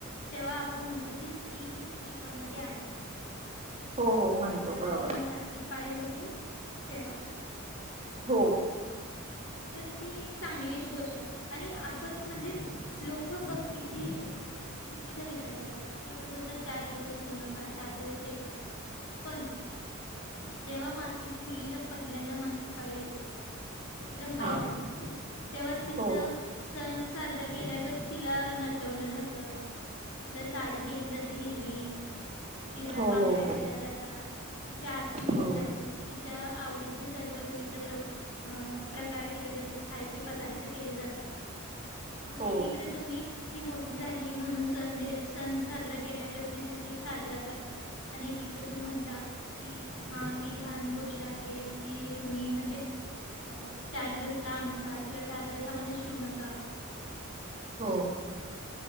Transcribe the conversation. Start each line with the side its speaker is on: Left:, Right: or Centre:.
Left: तेव्हा आपण म्हणतो की स्त्री ही स्त्रीपण मध्ये आली‌.
Right: हो हो म्हणतो
Left: जवा
Right: बरोबर
Left: तिला मासिक पाळी होते तेव्हा.
Right: हो.
Left: तर ती एक चांगलीच गोष्ट आहे आणि आपण म्हणजे लोक ब किती? चुकीचा विचार करतात ते लोक बोलतात चार दिवस शिवु नका सात दिवस हे करू नका. पण जेव्हा मासिक मुलीला पहिल्यांदा मासिक पाळी येते. एकदम पहिल्यांदा
Right: हा
Left: तेव्हा तिचं
Right: हो
Left: सण साजरा केल्यागत तिला नटवलं जात. तिला साडी केली जाते हिरवी हिरव्या
Right: हो
Left: बांगड्या
Right: हो
Left: केल्या जातात. तिची आरती केली
Right: हो
Left: जाते तिच्या आवडीचे सर्व विविध प्र प्रकार केले जाते खायचे पदार्थ केले जातात मग
Right: हो
Left: एकीकडे
Right: हो
Left: तुम्ही ती मोठी झाली म्हणून सण सण साजरा केल्यागत तिच ते साजरा करतात. आणि एकीकडे तुम्ही म्हणता. कि हा ही घान गोष्ट आहे ही तुम्ही म्हणजे अ चार दिवस लांब असा किंवा चार दिवस आम्हाला शिवु नका.
Right: हो.